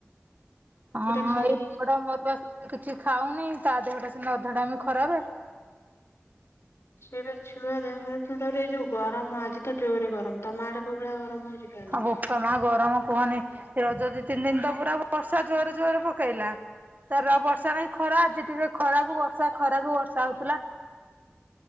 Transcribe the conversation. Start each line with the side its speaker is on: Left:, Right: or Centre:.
Right: ହଁଁ ହଁ
Left: କ୍ଷୀରି
Right: ଏଇ ପୋଡ଼ା ମରିବା କିଛି ଖାଉନି ତା ଦେହ ଟା ସେ ଅଧା ଟା ଖରାପେ।
Left: ସେଇବେ ଛୁଆ ଦେହ ଖରାପ ଥିଲା ତାପରେ ଏଇ ଯୋଉ ଗରମ ଆଜି ତ ଜୋରେ ଗରମ। ତମା ଆଡେ କୋଉ ଭଳିଆ ଗରମ ହଉଛି କେଜାଣି
Right: ଆଉ ବୋପା ମାଆ ଗରମ କୁହନି ରଜ ଦି ତିନି ଦିନ ତ ପୁରା ବର୍ଷା ଜୋରରେ ଜୋରରେ ପକେଇଲା। ତାର ଆଉ ବର୍ଷା ନାଇଁ ଖରା ଆଜି ଟିକେ ଖରାକୁୁ ବର୍ଷା ଖରାକୁୁ ବର୍ଷା ହଉଥିଲା।